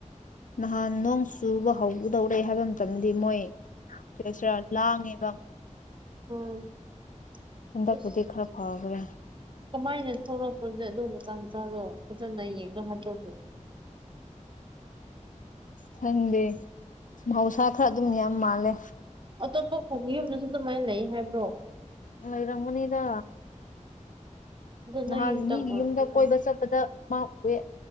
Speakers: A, on the left (about 80°); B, on the right (about 40°).
A: ꯅꯍꯥꯟ ꯅꯣꯡ ꯆꯨꯕ ꯍꯧꯒꯗꯧꯔꯦ ꯍꯥꯏꯕ ꯃꯇꯝꯗꯗꯤ ꯃꯣꯏ ꯀꯦꯁꯔ ꯂꯥꯡꯉꯦꯕ
B: <inaudible>
A: ꯀꯗ
B: ꯑꯁ
A: ꯄꯨꯗꯤ ꯈꯔ ꯐꯥꯒ꯭ꯔꯦ
B: ꯀꯃꯥꯏꯅ ꯊꯣꯛꯂꯛꯄꯗ ꯑꯗꯨꯗꯣ ꯃꯆꯥ ꯃꯆꯥꯗꯣ ꯐꯖꯅ ꯌꯦꯡꯗꯣ ꯍꯥꯠꯇꯣꯛꯛꯄ
A: ꯈꯟꯗꯦ ꯃꯍꯧꯁꯥ ꯈꯔ ꯑꯗꯨꯝ ꯌꯥꯝ ꯃꯥꯜꯂꯦ
B: ꯑꯇꯣꯞꯄ ꯈꯨꯡꯒꯤ ꯌꯨꯝꯗꯁꯨ ꯑꯗꯨꯃꯥꯏꯅ ꯂꯩ ꯍꯥꯏꯕ꯭ꯔꯣ
A: ꯣꯏꯔꯃꯅꯤꯗ
B: ꯑꯗꯨ
A: ꯅꯍꯥꯟ
B: ꯅꯣꯏ ꯌꯨꯝꯇꯪ
A: ꯃꯤꯒꯤ ꯌꯨꯝꯗ
B: ꯑꯗꯨꯝ
A: ꯀꯣꯏꯕ ꯆꯠꯄꯗ ꯃꯥ ꯎꯑꯦ